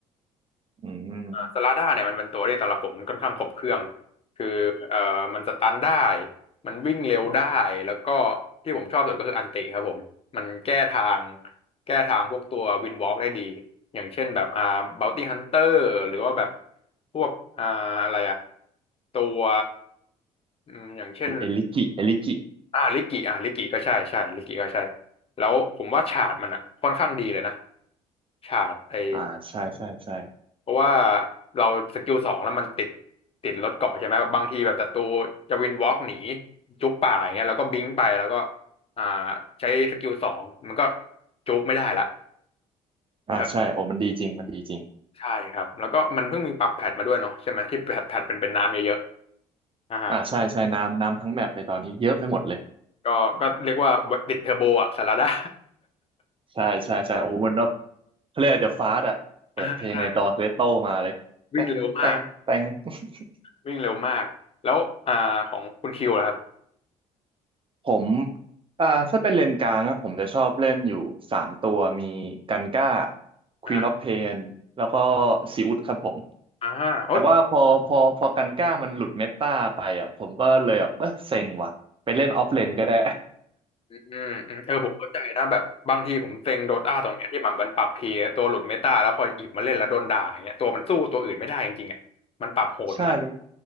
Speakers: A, on the right; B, on the left.
A: อืม
B: สลาด้าเนี่ยมันเป็นตัวที่สำหรับผมมันค่อนข้างครบเครื่องคือเอ่อมันสตันได้มันวิ่งเร็วได้แล้วก็ที่ผมชอบสุดก็คืออันติครับผมมันแก้ทางแก้ทางพวกตัววินวอล์กได้ดีอย่างเช่นแบบอ่าบ o วตี้ฮันเตอร์หรือว่าแบบพวกอ่าอะไรอะตัวอืมอย่างเช่น
A: เอเอลิกิเอลิกิ
B: อ่าลิกิอ่าลิกิก็ใช่ใช่ลิกิก็ใช่แล้วผมว่าฉากมันอ่ะค่อนข้างดีเลยนะฉากไอ้
A: อ่าใช่ใช่ใช่
B: เพราะว่าเราสกิลสองแล้วมันติดติดรถเกาะใช่ไหมบางทีแบบศัตรูจะวินวอล์กหนีจุกป่าอย่างเงี้ยแล้วก็บิงไปแล้วก็อ่าใช้สกิลสองมันก็จุกไม่ได้ละ
A: อ่าใช่โอ้มันดีจริงมันดีจริง
B: เออใช่ครับแล้วก็มันเพิ่งมีปรับแพทมาด้วยเนาะใช่ไหมที่แพทแพทเป็นเป็นน้ำเยอะๆอ่า
A: อ่าใช่ใช่น้ำน้ำทั้งแมปเลยตอนนี้เยอะไปหมดเลย
B: ก็ก็เรียกว่าติดเทอร์โบอ่ะสารดา
A: ใช่ใช่ใช่โอ้มันแบบเขาเรียกเดอะฟาสอะเปิดเพลงในดอ์เรโต้มาเลยแตงแตงแตง
B: ดา <laughs> ใช่วิ่งเร็วมาก
A: <laughs>
B: วิ่งเร็วมาก แล้วอ่าของคุณคิวล่ะครับ
A: ผมอ่าถ้าเป็นเลนกลางอะผมจะชอบเล่นอยู่สามตัวมีกันก้า Queen
B: อ่า
A: of Pain แล้วก็ซีอุดครับผม
B: อ่าโอ๊ต
A: แต่ว่าพอพอพอกันก้ามันหลุดเมตาไปอ่ะผมก็เลยแบบเออเซ็งว่ะไปเล่นออฟเลนก็ได้
B: อืมอืมเออผมเข้าใจนะแบบบางทีผมเซ็งโดต้าตรงเนี้ยที่แบบมันปรับทีตัวหลุดเมตาแล้วพอหยิบมาเล่นแล้วโดนด่าอย่างเงี้ยตัวมันสู้ตัวอื่นไม่ได้จริงๆอ่ะมันปรับโหดมาก
A: <laughs> ใช่มัน